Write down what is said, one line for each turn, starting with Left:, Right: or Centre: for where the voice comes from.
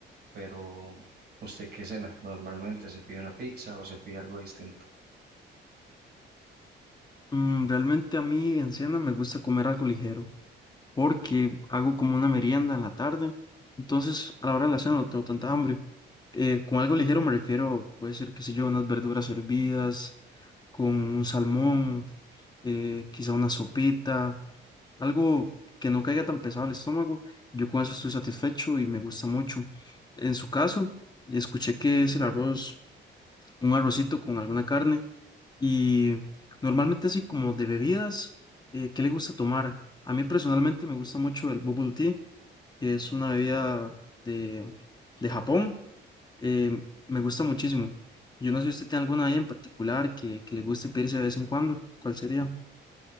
Right: pero ¿usted qué cena? Normalmente se pide una pizza o se pide algo distinto.
Left: Mm, realmente a mí en cena me gusta comer algo ligero, porque hago como una merienda en la tarde, entonces a la hora de la cena no tengo tanta hambre. Eh, con algo ligero me refiero, puede ser, qué sé yo, unas verduras hervidas, con un salmón, eh, quizá una sopita, algo que no caiga tan pesado al estómago. Yo con eso estoy satisfecho y me gusta mucho. En su caso, escuché que es el arroz, un arrocito con alguna carne y normalmente así como de bebidas, eh, ¿qué le gusta tomar? A mí personalmente me gusta mucho el bubble tea, que es una bebida de, de Japón eh, me gusta muchísimo. Yo no sé si usted tiene alguna ahí en particular que, que le guste pedirse de vez en cuando. ¿Cuál sería?